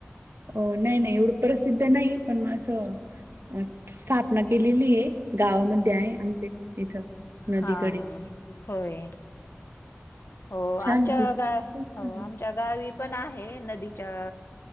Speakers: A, on the right; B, on the left.
A: अ नाही नाही एवढं प्रसिद्ध नाही, पण मग असं स्थापना केलेली आहे. गावामध्ये आहे आमच्या इथं. नदीकडे
B: हा होय. हो
A: छान
B: आमच्या
A: आहे ती ती
B: गा
A: पण छान
B: हो
A: आहे
B: आमच्या गावी. पण आहे, नदीच्या..